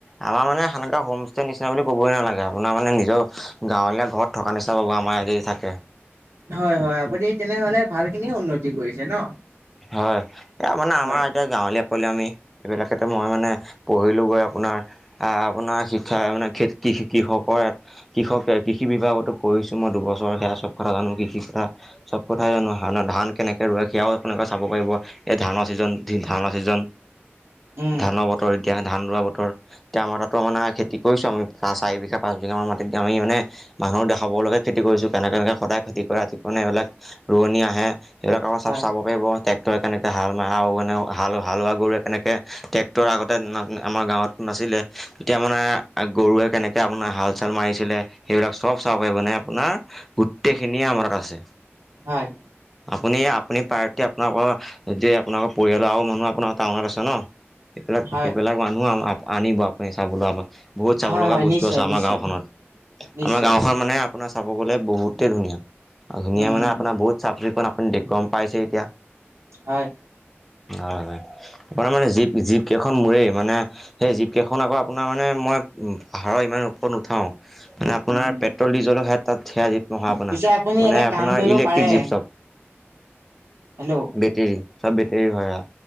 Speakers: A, in the centre; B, on the right (about 80°).
A: আমাৰ মানে সেকা হোম ষ্টে নিচনা বুলি ক'বই নালাগে আপোনাৰ মানে নিজৰ। গাঁৱলীয়া ঘৰত থকা নিচিনা পাব আমাৰ আজ থাকে।
B: হয় হয় আপুনি তেনেহলে ভালখিনি উন্নতি কৰিছে ন?
A: হয় এ মানে আমাৰ
B: হয়।
A: এতিয়া গাঁৱলীয়া। পলিমি এইবিলাক এতে মই মানে পঢ়িলোঁ গৈ আপোনাৰ আপোনাৰ শিক্ষা মানে কি। কৃষকৰ কৃষকে কৃষি বিভাগতো পঢ়িছো মই দুবছৰ সেয়া চব কথা জানো কৃষিৰ কথা। চব কথাই জানো ধান কেনেকে ৰোৱে সেয়াও। এনেকে চাব পাৰিব এই ধানৰ চিজন ধানৰ চিজন
B: উম
A: ধানৰ বতৰ। এতিয়া ধান লোৱা বতৰ, এতিয়া আমাৰ তাতো মানে খেতি কৰিছো আমি চাৰি বিঘা পাঁচ বিঘা মান মাটিত দ আমি মানে মানুহৰ দেখাব লগে খেতি কৰিছো। কেনেক কেনেকে সদায় খেতি কৰে ৰাতিপে এইবিলাক ৰোৱনী আহে সেইবিলাক আকৌ চফ
B: হয়
A: চাব। পাৰিব, টেক্টৰে কেনেকে হাল মাৰা আৰু নে হাল হালোৱা গৰুৱে কেনেকে ট্ৰেকটৰ আগতে না আমাৰ গাঁৱত নাছিলে তেতিয়া মানে গৰুৱে কেনেকে আপোনাৰ হাল চাল মাৰিছিলে সেইবিলাক চব চাব। মানে আপোনাৰ গোটেই খিনিয়ে আমাৰ তাত আছে।
B: হয়।
A: আপুনি আপুনি পাৰে আপোনালোকৰ যে আপোনালোকৰ পৰিয়ালৰ আৰু মানুহ আপোনাৰ টাউনত আছে ন? সেইবিলাক-সেইবিলাক
B: হয়
A: মানুহ আনিব আপুনি চাবলৈ আমাক। বহুত চাব
B: হয়
A: লগা
B: হয়
A: বস্তু
B: নিশ্চয়
A: আছে আমাৰ
B: নিশ্চয়
A: গাওঁখনত,
B: নিশ্চয়
A: আমাৰ গাঁওখন মানে আপোনাৰ চাব গ'লে বহুতেই ধুনীয়া, আৰু ধুনীয়া
B: উম
A: মানে আপোনাৰ বহুত চাফ চিকুণ আপুনি দেখুৱাম গ'ম পাইছে এতিয়া।
B: হয়।
A: হয়, হয় আপোনাৰ মানে জীপ-জীপ কেইখন মোৰেই মানে, সেই জীপ কেইখন আকৌ আপোনাৰ মানে মই পাহাৰৰ ইমান ওপৰত নুঠাওঁ। মানে আপোনাৰ
B: উম
A: পেট্ৰল ডিজেলো সেইয়া <unintelligible> নহয় আপোনাৰ।
B: পিছে আপুনি
A: মানে
B: এটা
A: আপোনাৰ
B: কাম কৰিব
A: ইলেক্ট্ৰিক
B: পাৰে
A: জীপ চব।
B: হেল্ল'
A: বেটেৰী, চব বেটেৰীৰ হয় আউ।